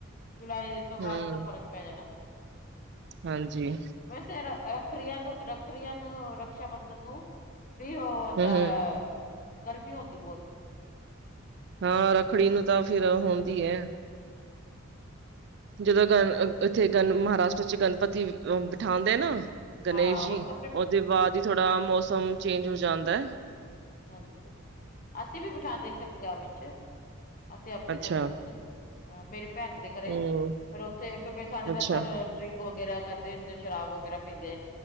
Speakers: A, on the left; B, on the right.
A: ਜੁਲਾਈ ਤੋਂ ਬਾਅਦ
B: ਹਮ
A: ਤਾਂ ਫ਼ਰਕ ਪੈ ਜਾਣਾ।
B: ਹਾਂਜੀ
A: ਵੈਸੇ ਰ ਰੱਖਰੀਆਂ ਨੂੰ ਰੱਖਰੀਆਂ ਨੂੰ ਰਕਸ਼ਾ ਬੰਧਨ ਨੂੰ ਵੀ ਉਹ
B: ਹਮ
A: ਹੁੰਦਾ,
B: ਹਮ
A: ਗਰਮੀ ਹੁੰਦੀ ਬਹੁਤ।
B: ਹਾਂ ਰੱਖੜੀ ਨੂੰ ਤਾਂ ਫਿਰ ਹੋਂਦੀ ਐ।
A: <unintelligible>
B: ਜਦੋਂ ਗ ਇੱਥੇ ਗਨ ਮਹਾਰਾਸ਼ਟਰ 'ਚ ਗਣਪਤੀ ਅ ਬਿਠਾਦੇ ਨਾ ਗਣੇਸ਼
A: ਹਾਂ
B: ਜੀ,
A: ਉਹ ਸਭ
B: ਉਹਦੇ ਬਾਅਦ ਹੀ ਥੋੜਾ ਮੌਸਮ ਚੇਂਜ ਹੋ ਜਾਂਦਾ ਐ।
A: ਹਾਂ ਜੀ, ਅਸੀਂ ਵੀ ਬਿਠਾ ਦਿਤੇ ਪੰਜਾਬ ਵਿੱਚ। ਅਸੀਂ ਆਵਦੇ
B: ਅੱਛਾ
A: ਘਰੇ ਉੱਥੇ। ਅ ਮੇਰੀ ਭੈਣ ਦੇ ਘਰੇ,
B: ਹਮ
A: ਫਿਰ ਉੱਥੇ ਕਿਉਂਕਿ ਸਾਡੇ
B: ਅੱਛਾ
A: ਤਾਂ ਚਰ ਡਰਿੰਕ ਵਗੈਰਾ ਕਰਦੇ ਹੁੰਦੇ ਸ਼ਰਾਬ ਵਗੈਰਾ ਪੀਂਦੇ,